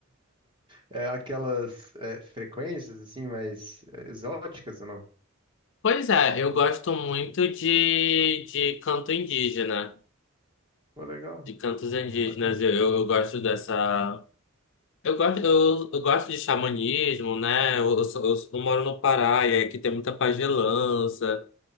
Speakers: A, on the right; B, on the left.
A: É, aquelas é, frequências assim, mais é, exóticas ou não?
B: Pois é, eu gosto muito de, de canto indígena,
A: Pô, legal,
B: de cantos indígenas.
A: bacana,
B: Eu, eu, eu gosto dessa. Eu gosto, eu, eu gosto de xamanismo, né? Eu, eu, sou- eu sou- eu moro no Pará e aqui tem muita pagelança.